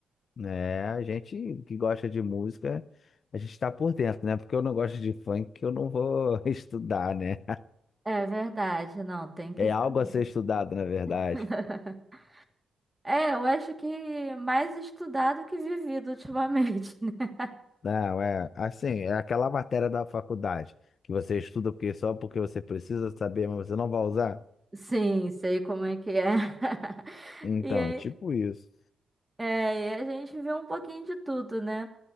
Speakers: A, on the left; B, on the right.
A: É, a gente que gosta de música, a gente está por dentro, né? Porque eu não gosto de funk, que eu não vou <laughs> estudar, né?
B: É verdade, não, tem que
A: É
B: saber.
A: algo a ser estudado, na verdade.
B: <laughs> É, eu acho que mais estudado que vivido ultimamente, <laughs> né?
A: Não, é assim, é aquela matéria da faculdade que você estuda porque só porque você precisa saber, mas você não vai usar.
B: Sim, sei como é que é. <laughs>
A: Então,
B: E, aí-
A: é tipo isso.
B: é, e a gente vê um pouquinho de tudo, né?